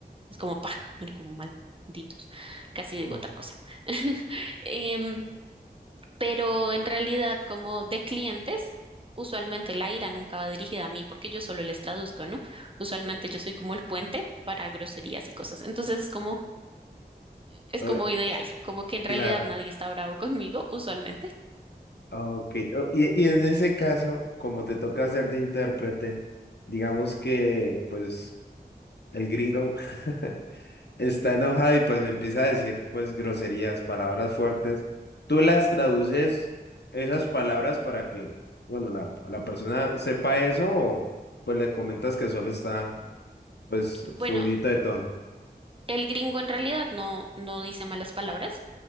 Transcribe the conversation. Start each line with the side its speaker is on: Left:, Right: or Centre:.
Right: Es como pa, es como malditos. Casi
Left: Ojo.
Right: digo otra cosa. <laughs> Em, pero en realidad, como de clientes, usualmente la ira nunca va dirigida a mí porque yo solo les traduzco, ¿no? Usualmente yo soy como el puente para groserías y cosas. Entonces es como, es
Left: Oh,
Right: como ideal,
Left: <laughs>
Right: como que en realidad
Left: claro,
Right: nadie está bravo <laughs> conmigo, usualmente.
Left: ok. Oh, y, y en ese caso, como te toca hacer de intérprete, digamos que, pues, el gringo <laughs> está enojado y pues empieza a decir pues groserías, palabras fuertes. Tú las traduces esas palabras para que, bueno, la, la persona sepa eso o pues le comentas que solo está pues
Right: Bueno,
Left: subidito de tono.
Right: el gringo en realidad no, no dice malas palabras.